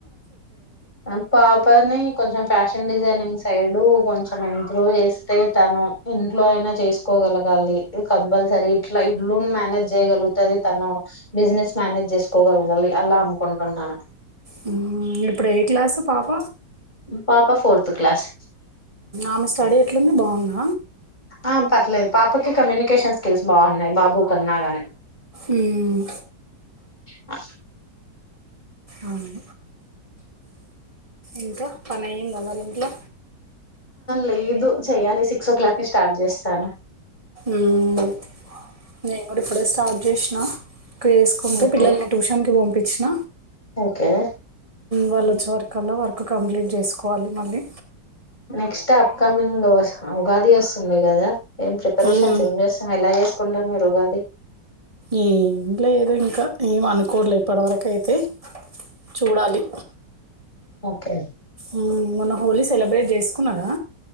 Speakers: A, on the left; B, on the right.
A: ఆ పాపని కొంచెం. ఫ్యాషన్ డిజైనింగ్ సైడ్ కొంచెం ఇంప్రూవ్ చేస్తే తను ఇంట్లో అయినా చేసుకోగలగాలి. ఇ కంపల్సరీ ఇట్లా ఇల్లు మేనేజ్ చేయగలుగుతుంది. తను బిజినెస్ మేనేజ్ చేసుకోగలగాలి అలా అనుకుంటున్నాను.
B: హ్మ్. ఇప్పుడు ఏ క్లాస్ పాప.
A: పాప ఫోర్త్ క్లాస్.
B: ఆమె స్టడీ ఎట్లంది బాగుందా.
A: ఆ పర్లేదు పాప. కమ్యూనికేషన్ స్కిల్స్ బాగున్నాయి. బాబు కన్నా గానే
B: ఉమ్
A: బస్
B: అవును ఇంకా పని అయిందా మరి ఇంట్లో.
A: లేదు చెయ్యాలి సిక్స్ ఓ క్లాక్ ని స్టార్ట్ చేస్తాను.
B: ఉమ్ నేను కూడా ఇప్పుడ స్టార్ట్ చేస ఆ కేసుకుంటే
A: ఓకే
B: పిల్లల్ని ట్యూషన్ కి పంపి చ్చణ
A: ఓకే
B: వాళ్ళు వచ్చే వరకన్నా వర్క్ కంప్లీట్ చేసుకోవాలి మళ్ళీ
A: నెక్స్ట్ అప్కమింగ్ ఉగాది వస్తుంది కదా ఏం ప్రిపరేషన్స్
B: ఉమ్,
A: ఏం చేస్తాం ఎలా చేస్తా కుంటరు మీరుగాది
B: ఏం లేదు ఇంకా ఏం అనుకోలే ఇప్పటివరక అయితే చూడాలి
A: ఓకే
B: ఉ మొన హోలీ సెలబ్రేట్ చేసుకున్నారా